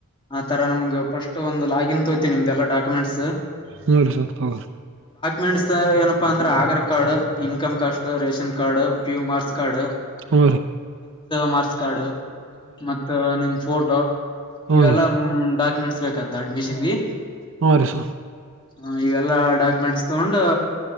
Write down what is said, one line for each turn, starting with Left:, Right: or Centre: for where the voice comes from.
Left: ಆ ತರ ನಮ್ ಫಸ್ಟ್ ಒಂದು ಲಾಗಿನ್ ತೋ್ತಿ ನಿಮ್ದ ಎಲ್ಲ ಡಾಕ್ಯುಮೆಂಟ್ಸ್
Right: ಹೌರರಿ ಸರ್ ಹಗ್ರಿ <unintelligible>
Left: ಮೆಂಟ್ಸ್ ಏನಪ್ಪ ಅಂದ್ರೆ Aadhaar card income caste ration card ಪ್ಯುಮಾರ್ಸ್ ಕಾರ್ಡ್
Right: ಹೂ
Left: ಮಾರ್ಸ್ ಕಾರ್ಡ್ ಮತ್ತ ನಿಮ್ ಫೋಟ ತ
Right: ಹ್ಞೂ
Left: ಈವೆಲ್ಲ
Right: ರೀ
Left: ಡಾಕ ಮೆಂಟ್ಸ್ ಬೇಕಾದ ಅಡ್ಮಿಷನ್ಗೆ
Right: ಹ ರೀ ಸರ್
Left: ಹ ಇವೆಲ್ಲಾ ಡಾಕ್ಯುಮೆಂಟ್ಸ್ ತಗೊಂಡ